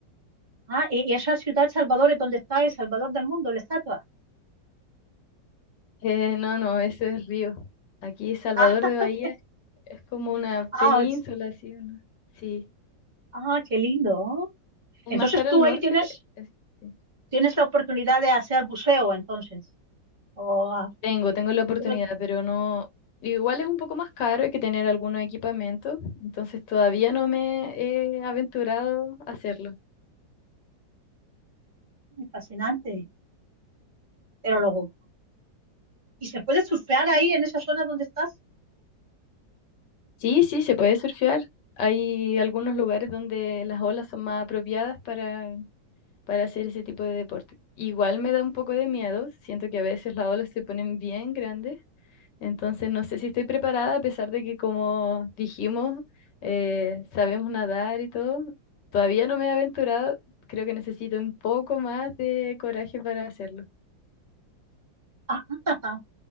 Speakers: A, on the right; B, on the left.
A: Ah, y, y esa ciudad Salvador es donde está el Salvador del mundo, la estatua.
B: Eh, no, no, eso es río. Aquí Salvador
A: Ah, <laughs>
B: de Bahía Es como una
A: ah,
B: península,
A: es-
B: así, ¿no? Sí.
A: ah, qué lindo. ¿no?
B: Es
A: Entonces
B: más para
A: tú
B: el norte.
A: ahí tienes,
B: es- sí.
A: tienes la oportunidad
B: Dime.
A: de hacer buceo, entonces. Oh,
B: Tengo, tengo la oportunidad,
A: bueno,
B: pero no. Igual es un poco más caro, hay que tener algunos equipamientos, entonces todavía no me he aventurado a hacerlo.
A: fascinante. Pero luego, ¿y se puede surfear ahí en esa zona donde estás?
B: Sí, sí, se puede surfear. Hay algunos lugares donde las olas son más apropiadas para, para hacer ese tipo de deporte. Igual me da un poco de miedo, siento que a veces las olas se ponen bien grandes Entonces, no sé si estoy preparada, a pesar de que, como dijimos, eh, sabemos nadar y todo. Todavía no me he aventurado. Creo que necesito un poco más de coraje para hacerlo.
A: <laughs> Ah,